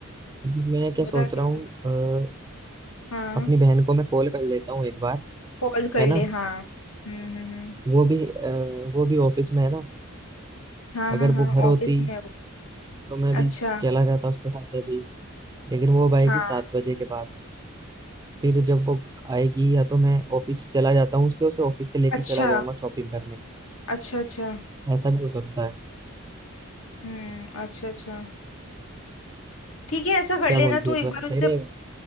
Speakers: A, on the right; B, on the left.
A: अभी मैं क्या
B: बता
A: सोच
B: क्या
A: रहा हूँ
B: कर
A: अ,
B: हाँ
A: अपनी बहन को मैं कॉल कर लेता हूँ एक बार
B: कॉल कर
A: है
B: ले
A: ना
B: हाँ हम्म हम्म हम्म
A: वो भी अ, वो भी ऑफिस में है ना
B: हाँ
A: अगर
B: हाँ हाँ
A: वो घर होती
B: ऑफिस में है वो
A: तो मैं भी
B: अच्छा
A: चला जाता उसके साथ अभी लेकिन वो अब आएगी
B: हाँ
A: सात बजे के बाद फिर जब वो आएगी या तो मैं ऑफिस चला जाता हूँ उसके उसे ऑफिस से लेके
B: अच्छा
A: चला जाऊंगा शॉपिंग करने
B: अच्छा अच्छा
A: ऐसा भी हो सकता है
B: हम्म अच्छा अच्छा ठीक है ऐसा कर
A: क्या
B: लेना
A: बोलती
B: तू
A: है
B: एक
A: तो ऐसा
B: बार
A: सही
B: उससे
A: रहेगा